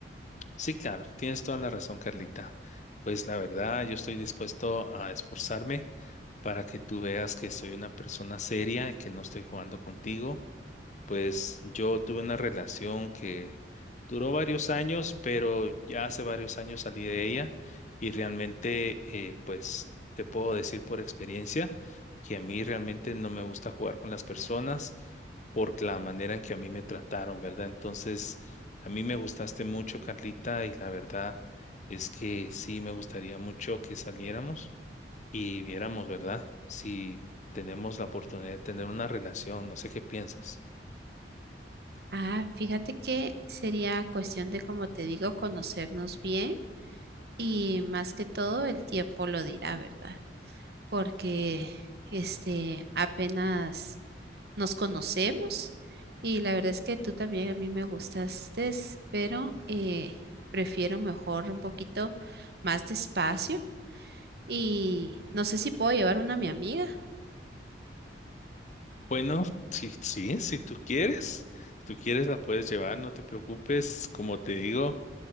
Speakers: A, on the left (about 40°); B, on the right (about 60°).
A: Sí, claro, tienes toda la razón, Carlita. Pues la verdad, yo estoy dispuesto a esforzarme para que tú veas que soy una persona seria y que no estoy jugando contigo. Pues yo tuve una relación que duró varios años, pero ya hace varios años salí de ella y realmente, eh, pues te puedo decir por experiencia que a mí realmente no me gusta jugar con las personas por la manera en que a mí me trataron, ¿verdad? Entonces, a mí me gustaste mucho, Carlita, y la verdad es que sí me gustaría mucho que saliéramos y viéramos, ¿verdad? Si tenemos la oportunidad de tener una relación, no sé qué piensas.
B: Ah, fíjate que sería cuestión de, como te digo, conocernos bien y más que todo el tiempo lo dirá, ¿verdad? Porque este apenas nos conocemos y la verdad es que tú también a mí me gustaste, pero eh, prefiero mejor un poquito más despacio y no sé si puedo llevar una a mi amiga.
A: Bueno, sí, sí, si tú quieres, si tú quieres la puedes llevar, no te preocupes. Como te digo,